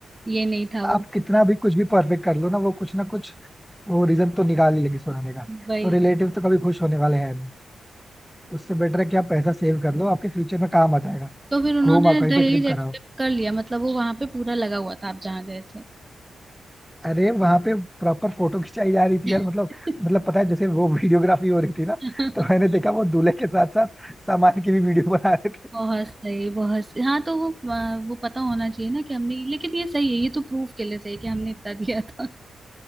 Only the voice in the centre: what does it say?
आप
कितना
भी कुछ भी परफेक्ट कर लो ना वो कुछ ना कुछ वो रीजन तो निकाल ही लेंगे सुनाने का
तो रिलेटिव तो कभी खुश होने वाले हैं उससे बेटर है कि आप पैसा सेव कर लो आपके फ्यूचर में काम आ जाएगा
घूमा कहीं
पे ट्रिप
कराओ
अरे वहां पे प्रॉपर फोटो खिंचाई जा रही थी
यार मतलब मतलब पता है जैसे वो वीडियोग्राफी हो रही थी ना
तो मैंने देखा वो दूल्हे के साथ साथ सामान की भी वीडियो बना रहे थे